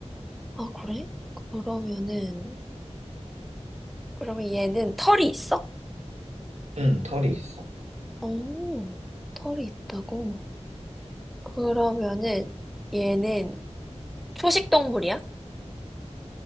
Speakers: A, in the centre; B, on the right.
A: 아, 그래? 그러면은, 그러면 얘는 털이 있어?
B: 응, 털이 있어.
A: 오, 털이 있다고? 그러면은, 얘는 초식 동물이야?